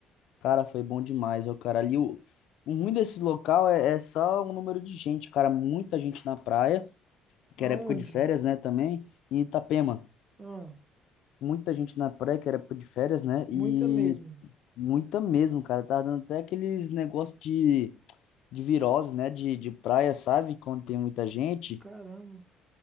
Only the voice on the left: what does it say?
Cara, foi bom demais, ó, cara. Ali, o, o ruim desse local é, é só o número de gente, cara. Muita gente na praia, que era
época de férias, né, também. E Itapema,
muita gente na praia, que era época de férias, né?
E
Muita mesmo, cara. Tá dando até aqueles negócios de, de virose, né? De, de praia, sabe? Quando tem muita gente.